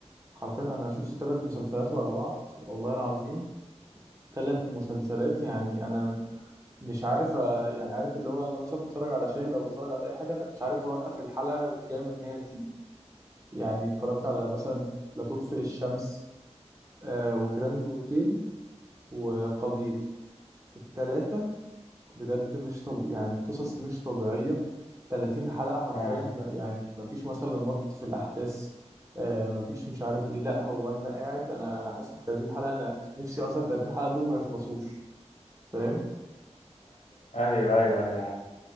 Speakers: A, on the right; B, on the left.
A: حرفيا انا شفت ثلاث مسلسلات ورا بعض والله العظيم ثلاث مسلسلات يعني انا مش عارف آه، يعني عارف اللي هو انا مثلا بتفرج على شاهد او بتفرج على اي حاجه انا مش عارف اوقف الحلقه جاي من ان هي تيجي يعني اتفرجت على مثلا لا تطفئ الشمس آه وجراند اوتيل وقابيل التلاتة بجد مش طب يعني قصص مش طبيعية 30 حلقة حرفيا
B: اه
A: ما- يعني ما فيش مثلا مط في الأحداث آه ما فيش مش عارف إيه لا هو أنت قاعد أنا أنا حاسس إن 30 حلقة أنا نفسي أصلا 30 حلقة دول ما يخلصوش فاهم
B: ايوه ايوه ايوه ايوه